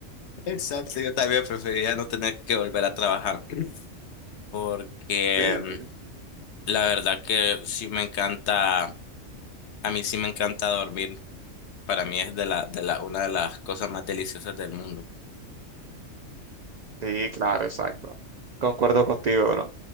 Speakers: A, on the left (about 65°); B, on the right (about 80°).
A: Exacto, yo también preferiría no tener que volver a trabajar porque
B: Sí,
A: mm, la verdad que sí me encanta, a mí sí me encanta dormir, para mí es de la, de la, una de las cosas más deliciosas del mundo.
B: sí, claro, exacto. Concuerdo contigo, bro.